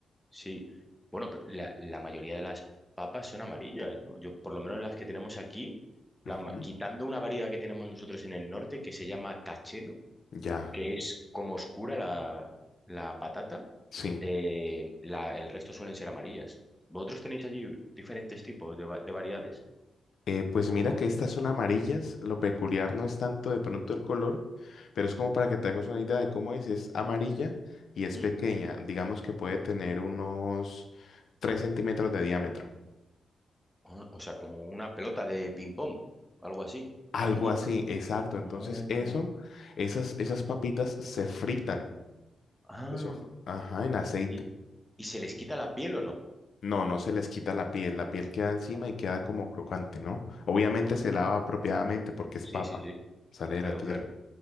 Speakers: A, in the centre; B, on the left.
A: Sí, bueno, pero la, la mayoría de las papas son amarillas, ¿no? Yo, por lo menos las que tenemos aquí,
B: Ujú,
A: la ma- quitando una variedad que tenemos nosotros en el norte que se llama cachelo,
B: Ya,
A: que es como oscura la, la patata,
B: sí.
A: eh, la- el resto suelen ser amarillas. ¿Vosotros tenéis allí diferentes tipos de, va- de variedades?
B: Eh, pues
A: O,
B: mira que estas son amarillas. Lo peculiar no es tanto de pronto el color, pero es como para que te hagas una idea de cómo es. Es amarilla y es
A: ¿Mm?
B: pequeña. Digamos que puede tener unos 3 centímetros de diámetro.
A: Ah, o sea, como una pelota de ping-pong, algo así,
B: Algo
A: pequeñito.
B: así, exacto. Entonces
A: Anda.
B: eso, esas, esas papitas se fritan.
A: Ah,
B: Eso, fr- ajá, en aceite.
A: ¿y, y se les quita la piel o no?
B: No, no se les quita la piel. La piel queda encima y queda como crocante, ¿no? Obviamente
A: Anda.
B: se lava apropiadamente porque es
A: Sí,
B: papa.
A: sí, sí.
B: Sale
A: Claro,
B: de la tierra.
A: claro.